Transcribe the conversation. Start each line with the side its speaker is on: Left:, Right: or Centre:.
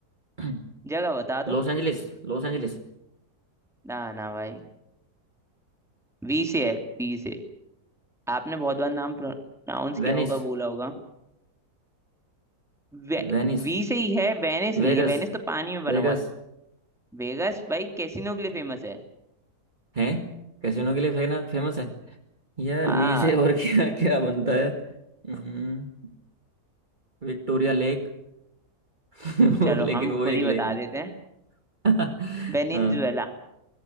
Right: <clears throat>
Centre: जगह बता
Right: Loss
Centre: दो
Right: Angeles Los Angeles
Centre: ना ना भाई वी से है वी से आपने बहुत बार नाम प्रोनाउंस किया
Right: Venice
Centre: होगा बोला होगा वे,
Right: Venice
Centre: वी से ही है वेनिस
Right: Vegas
Centre: नहीं है वेनिस तो पानी में बना
Right: Vegas
Centre: हुआ है वेगास भाई कैसीनो के लिए फेमस है
Right: है कैसीनो के लिए फेना फेमस है यार
Centre: हाँ
Right: <clears throat> वी से और क्या क्या बनता है हम्म, विक्टोरिया लेक <laughs> वो
Centre: चलो
Right: लेकिन
Centre: हम
Right: वो
Centre: खुद
Right: एक
Centre: ही
Right: लेक
Centre: बता
Right: है
Centre: देते हैं
Right: <laughs>
Centre: वेनिनजुएला
Right: हाँ